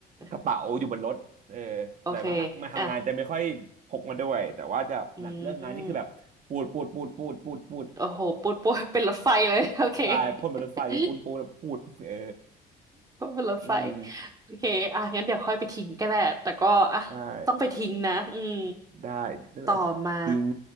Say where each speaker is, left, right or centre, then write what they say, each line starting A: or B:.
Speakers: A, on the right; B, on the right.
A: กระเป๋าอยู่บนรถเออ
B: อโอเค
A: แต่ว่ามาทำงานจะไม่ค่อยพกมาด้วยแต่ว่าจะหนังเรื่องงานนี่คือแบบปูดปูดปูดปูดปูดปูด
B: อ่ะอืมโอ้โหปุ๊ดปุ๊ดเป็นรถไฟเลย <laughs> โอเค
A: ตายพ่นบนรถไฟเลยปูนปูนปูดเออ
B: <laughs> เป็นรถไฟ
A: อืม
B: โอเคอ่ะงั้นเดี๋ยวค่อยไปทิ้งก็ได้แต่ก็อ่ะต้องไปทิ้งนะอืม
A: ได้ได้เลือกทิ้ง
B: ต่อมา